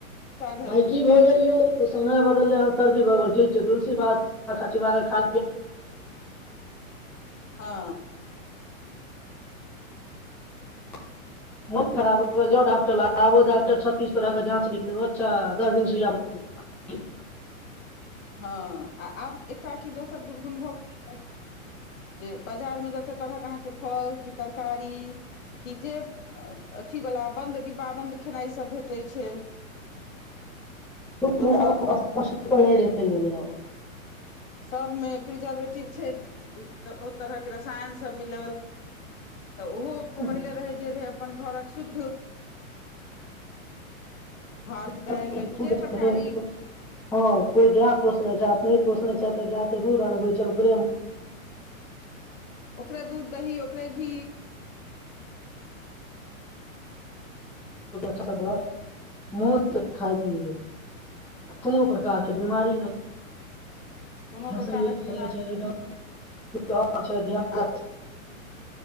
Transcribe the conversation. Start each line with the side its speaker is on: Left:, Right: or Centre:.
Left: घरेलू
Centre: आइ की भऽ
Left: छलै
Centre: गेल यौ तऽ समय बदललै हन सर्दी भऽ गेल ठीक छै तुलसी बात बात चीबा क खा
Left: हँ
Centre: <unintelligible> <unintelligible> मन खराब हो गेल जा डॉक्टर ल आब डक्टर छत्तीस तरह के जाँच लिख ले अच्छा दस दिन सुइया ह
Left: हँ आ आब एकटा की दोसर दुर्गुण भऽ गेलै जे बाजारमे जते तरहक अहाँके फल कि तरकारी कि जे अथिवला बन्द डिब्बा बन्द खेनाइसभ भेटै छै
Centre: रह गेलै
Left: ओ सब
Centre: ह <unintelligible>
Left: सभमे प्रिजर्वेटिव छै तऽ बहुत तरहके रसायनसभ मिलल
Centre: <inaudible>
Left: तऽ ओहो
Centre: हन
Left: पहिले रहै जे रहै अपन घरक शुद्ध भात
Centre: <unintelligible>
Left: दालि जे तरकारी
Centre: हँ कोइ गाय पोसने छै अपने पोसने छै तऽ गायके दूध आनबै छै ओकरे
Left: ओकरे दूध दही ओकरे घी
Centre: बहुत मस्त खाय पिय कोनो प्रकारके बिमारी नैय
Left: कोनो
Centre: हँ
Left: प्रकारक
Centre: सहीए च
Left: बीमारी
Centre: चले धान
Left: आ